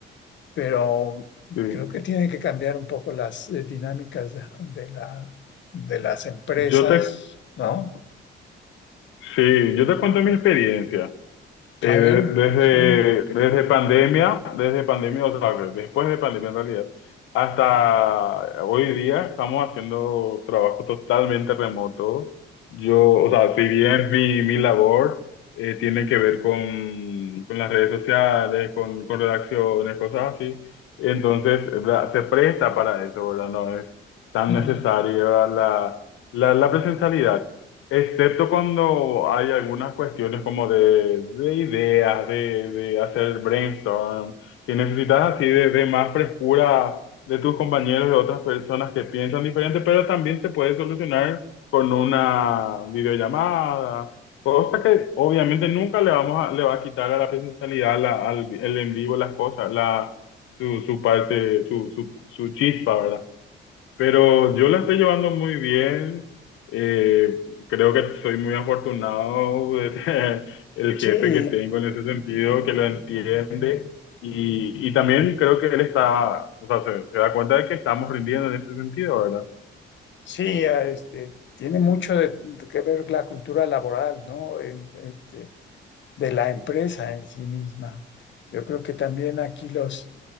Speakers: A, on the left; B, on the left.
A: pero
B: Sí.
A: creo que tiene que cambiar un poco las eh, dinámicas de, de la, de las empresas,
B: Yo te,
A: ¿no?
B: sí, yo te cuento mi experiencia. Eh,
A: A ver,
B: desde,
A: sí.
B: desde pandemia, desde pandemia, o sea, después de pandemia en realidad, hasta hoy día estamos haciendo trabajo totalmente remoto. Yo, o sea, si bien mi, mi labor eh, tiene que ver con, con las redes sociales, con, con redacciones, cosas así, entonces ¿verdad? se presta para eso, ¿verdad? No es tan
A: Ujú.
B: necesaria la, la, la presencialidad. Excepto cuando hay algunas cuestiones como de, de ideas, de, de hacer brainstorm, que necesitas así de, de más frescura de tus compañeros, de otras personas que piensan diferente, pero también se puede solucionar con una videollamada, cosa que obviamente nunca le vamos a, le va a quitar a la presencialidad, la- al, el en vivo, las cosas, la, su, su parte, su, su, su chispa, ¿verdad? Pero yo la estoy llevando muy bien. eh, creo que soy muy afortunado de tener <laughs> el
A: Sí,
B: jefe que tengo en ese sentido, que lo entiende. Y, y también creo que él está, o sea, se, se da cuenta de que estamos rindiendo en ese sentido, ¿verdad?
A: sí, a- este, tiene mucho de- de que ver la cultura laboral, ¿no? En- Este, de la empresa en sí misma. Yo creo que también aquí los,